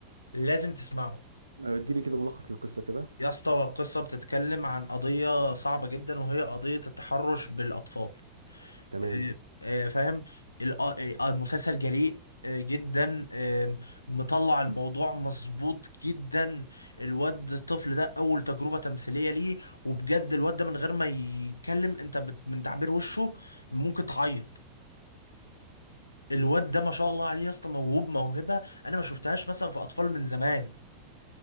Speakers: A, on the left; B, on the right.
A: لازم تسمعه
B: آه، اديني كده ملخص للقصه كده
A: يا اسطى قصة بتتكلم عن قضية صعبة جدا وهي قضية التحرش بالأطفال
B: تمام
A: آه، آه، فاهم ال- آه، المسلسل جريء آه، جدا آم، مطلع الموضوع مظبوط جدا الواد الطفل ده اول تجربة تمثيلية ليه وبجد الواد ده من غير ما يتكلم انت بت- من تعبير وشه ممكن تعيط الواد ده ما شاء الله عليه يا اسطى موهوب موهبة انا ما شفتهاش مثلا في اطفال من زمان